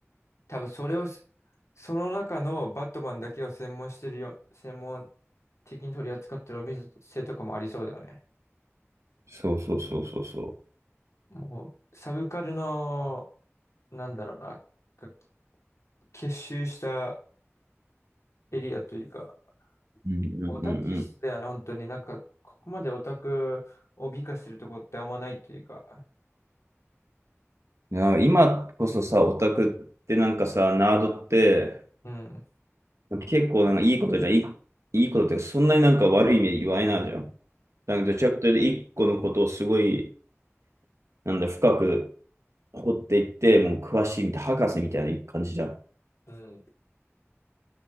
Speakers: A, on the left; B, on the right.
A: 多分それをす、その中のバットマンだけを専門してるよ、専門的に取り扱ってるお店とかもありそうだよね。
B: そうそうそうそうそ
A: もう、サブカルの、なんだろうな、か結集したエリアというか、
B: う。うんうんうんうん。
A: オタ気質だよね、本当に。なんか、ここまでオタクを美化するとこってあんまないというか、
B: なんか今こそさ、オタクってなんかさ、ナードって
A: うん。
B: 結構なんかいいことじゃん。いい、いいことっていうか、そんなになんか悪い意味で言われないじゃん。なんかどちらかというと、一個のことをすごい、なんだ、深く掘っていって、もう詳しいみたい、博士みたいな感じじゃん。
A: うん。